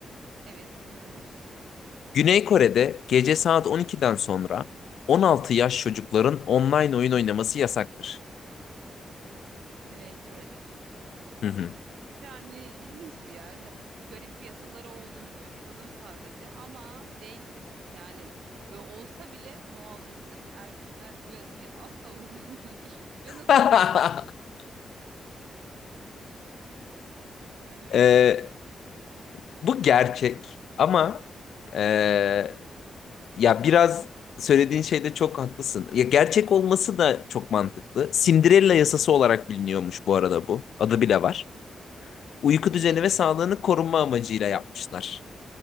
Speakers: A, on the right (about 85°); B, on the left (about 65°).
A: Evet, buyurunuz.
B: Güney Kore'de gece saat 12'den sonra 16 yaş çocukların online oyun oynaması yasaktır.
A: Güney Kore'de.
B: Hı hı.
A: Yani ilginç bir yer. He- Garip yasaları olduğunu duyumsadım sadece ama değildir. Yani e, olsa bile 16 yaşındaki erkekler bu yasayı asla <laughs> uygulamıyordur. Ve nasıl
B: <laughs>
A: takip ediyor? Hani öyle
B: Ee,
A: geliyor.
B: bu gerçek ama ee, Ya biraz söylediğin şeyde çok haklısın. Ya gerçek olması da çok mantıklı. Cinderella yasası olarak biliniyormuş bu arada bu. Adı bile var. Uyku düzeni
A: Niye böyle
B: ve sağlığını
A: bir şey
B: korunma
A: var?
B: amacıyla
A: Hmm,
B: yapmışlar.